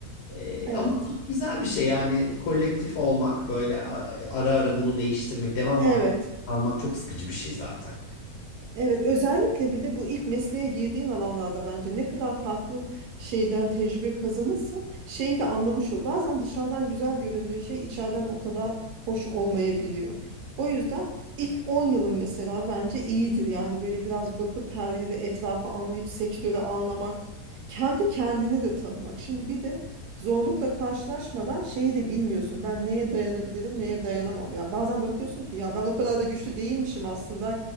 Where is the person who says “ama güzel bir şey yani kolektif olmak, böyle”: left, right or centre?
Left